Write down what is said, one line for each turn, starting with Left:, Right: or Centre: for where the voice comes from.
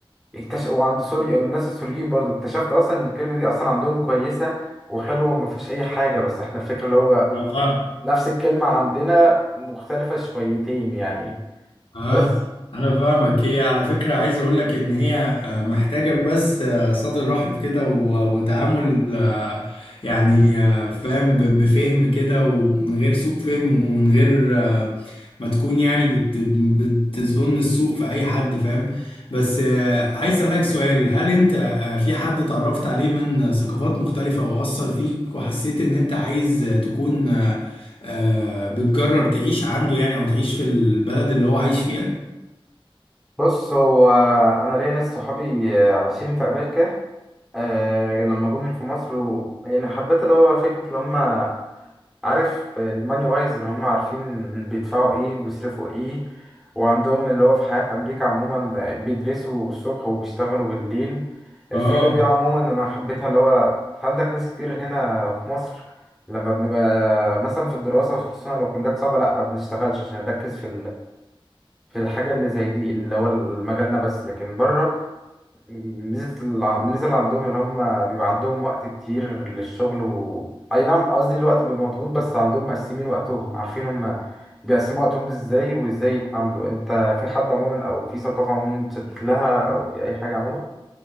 Centre: اكتش... وعند سوريا والناس السوريين برضو اكتشفت اصلا ان الكلمة دي اصلا عندهم كويسة وحلوة وما فيهاش اي حاجة بس احنا الفكرة اللي هو
Left: اه
Centre: نفس الكلمة عندنا مختلفة شويتين يعني
Left: اه
Centre: بس
Left: انا فاهمك هي على فكره عايز اقول لك ان هي آه، محتاجه بس آه، صدر رحب كده و- وتعامل آه، يعني آه، فاهم ب- بفهم كده ومن غير سوء فهم ومن غير آه، ما تكون يعني بت بتظن السوء في اي حد فاهم بس آه، عايز اسالك سؤال هل انت آه، في حد اتعرفت عليه من ثقافات مختلفه واثر فيك وحسيت ان انت عايز تكون آه، آه، بتجرب تعيش عنده يعني او تعيش في البلد اللي هو عايش فيها
Centre: بص هو انا ليا ناس صحابي آه، عايشين في امريكا أه لما جم في مصر و... يعني حبيت اللي هو فكره اللي هم عارف الماني وايز اللي هم عارفين بيدفعوا ايه وبيصرفوا ايه وعندهم اللي هو في حياه في امريكا عموما بيدرسوا الصبح وبيشتغلوا بالليل الفكره
Left: اه
Centre: دي عموما انا حبيتها اللي هو عندك ناس كتير هنا في مصر لما بنبقى مثلا في الدراسه خصوصا لو كليات صعبه لا ما بنشتغلش عشان نركز في في الحاجة اللي زي دي اللي هو مجالنا بس لكن بره ميزة الع- الميزة اللي عندهم اللي هم بيبقى عندهم وقت كتير للشغل و أي نعم قصدي الوقت بيبقى مضغوط بس عندهم مقسمين وقتهم عارفين هم بيقسموا وقتهم ازاي وازاي يتعاملوا انت في حد عموما او في ثقافة عموما تشدت لها او في اي حاجة عموما